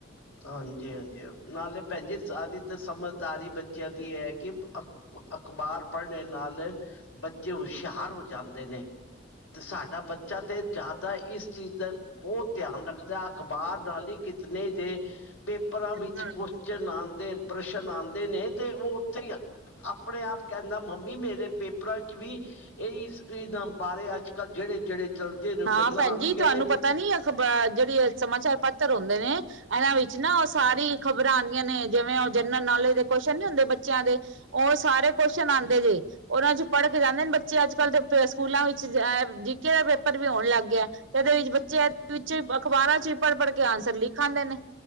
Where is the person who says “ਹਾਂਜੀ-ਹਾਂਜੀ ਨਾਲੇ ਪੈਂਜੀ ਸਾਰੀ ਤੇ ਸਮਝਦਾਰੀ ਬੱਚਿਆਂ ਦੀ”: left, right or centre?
Left